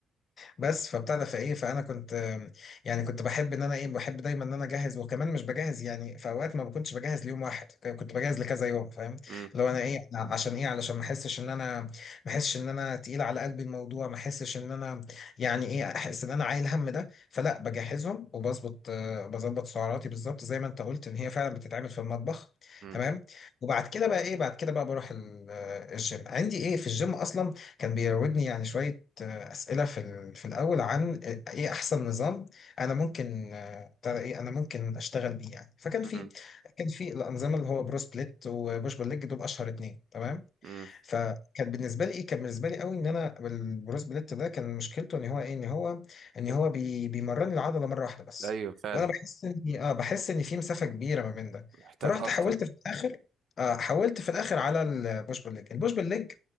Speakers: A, on the left (about 50°); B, on the right (about 60°).
A: بس فبتاع ده فايه فانا كنت آم، يعني كنت بحب ان انا ايه بحب دايما ان انا اجهز وكمان مش بجهز يعني في اوقات ما كنتش بجهز ليوم واحد ك- كنت بجهز لكذا يوم فاهم
B: امم
A: لو انا ايه أنا عشان ايه علشان ما احسش ان انا ما احسش ان انا تقيل على قلبي الموضوع ما احسش ان انا يعني ايه احس ان انا عايل هم ده فلا بجهزهم وبظبط آه، بظبط سعراتي بالظبط زي ما انت قلت ان هي فعلا بتتعمل في المطبخ
B: امم
A: تمام وبعد كده بقى ايه بعد كده بقى بروح ال- آه، الجيم عندي ايه في الجيم اصلا كان بيراودني يعني شويه أسئلة في ال- في الأول عن إيه أحسن نظام أنا ممكن آه، ترى إيه أنا ممكن أشتغل بيه يعني فكان
B: امم
A: في كان في الأنظمة اللي هو برو سبليت وبوش بول ليج دول أشهر اتنين تمام
B: امم
A: فكان بالنسبه لي ايه كان بالنسبه لي قوي ان انا البروس بليت ده كان مشكلته ان هو ايه ان هو ان هو بي بيمرني العضله مره واحده بس
B: ايوه فعلا
A: وانا بحس اني اه بحس ان في مسافه كبيره ما بين ده
B: محتاج
A: فرحت
B: اكتر
A: حاولت في الاخر آه حاولت في الاخر على البوش بول ليج البوش بول ليج